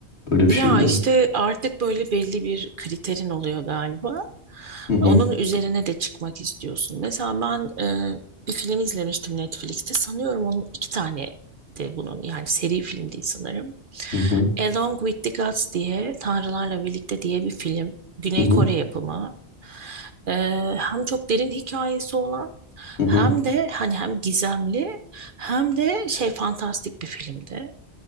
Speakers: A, on the left; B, on the right.
A: Öyle
B: Ya
A: bir şey mi oldu?
B: işte artık böyle belli bir kriterin oluyor galiba.
A: Hı hı,
B: Onun üzerine de çıkmak istiyorsun. Mesela ben e, bir film izlemiştim Netflix'te. Sanıyorum onun iki tane de bunun yani seri film değil sanırım.
A: hı hı.
B: Along with the Gods diye Tanrılarla Birlikte diye bir film. Güney
A: Hı hı.
B: Kore yapımı. Ee, hem çok derin hikayesi olan
A: Hı
B: hem
A: hı.
B: de hani hem gizemli hem de şey fantastik bir filmdi.